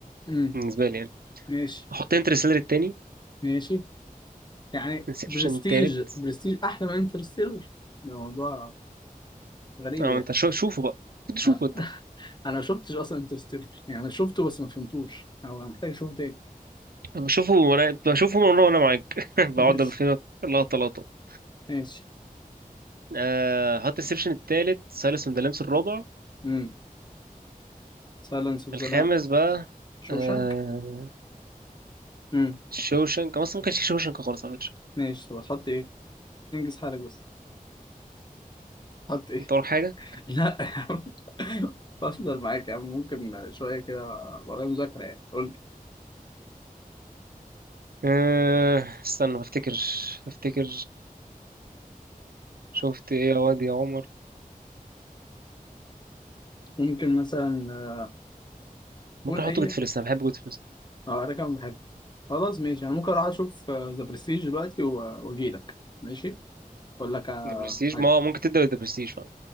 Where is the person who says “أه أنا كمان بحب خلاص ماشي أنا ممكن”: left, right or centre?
Left